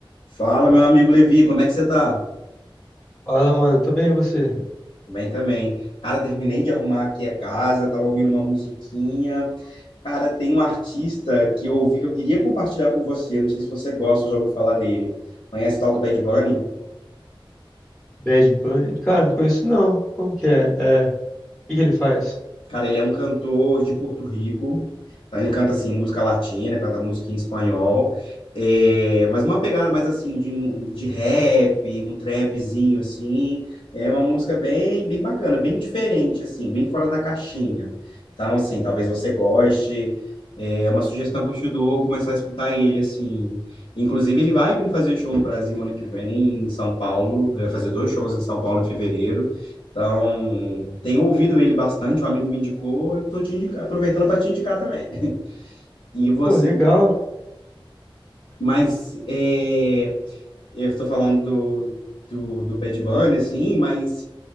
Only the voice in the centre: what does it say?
Fala, mano, tô bem e você?
Bad Bunny? Cara, não conheço não. Como que é? É, o que que ele faz?
Pô, legal.